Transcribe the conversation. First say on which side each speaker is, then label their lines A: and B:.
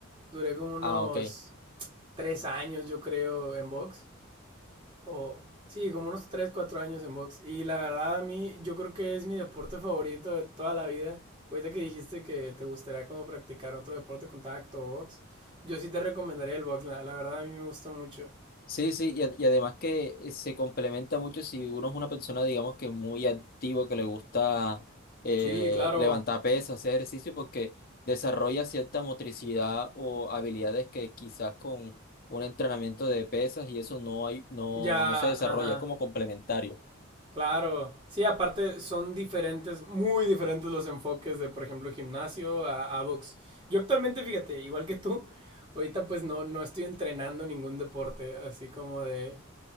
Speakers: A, on the right (about 25°); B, on the left (about 45°).
A: Duré como unos
B: Ah, ok.
A: tres años, yo creo, en box. O, sí, como unos 3 4 años en box. Y la verdad, a mí, yo creo que es mi deporte favorito de toda la vida. Ahorita que dijiste que te gustaría como practicar otro deporte contacto o box, yo sí te recomendaría el box, la, la verdad a mí me gusta mucho.
B: Sí, sí, y, a- y además que eh, se complementa mucho si uno es una persona, digamos que muy activo, que le gusta eh,
A: Sí, claro.
B: levantar pesas, hacer ejercicio, porque desarrolla cierta motricidad o habilidades que quizás con un entrenamiento de pesas y eso no hay, no,
A: Ya,
B: no se desarrolla,
A: ajá,
B: es como complementario.
A: claro. Sí, aparte son diferentes, muy diferentes los enfoques de, por ejemplo, gimnasio a, a box. Yo actualmente, fíjate, igual que tú, ahorita pues no, no estoy entrenando ningún deporte, así como de...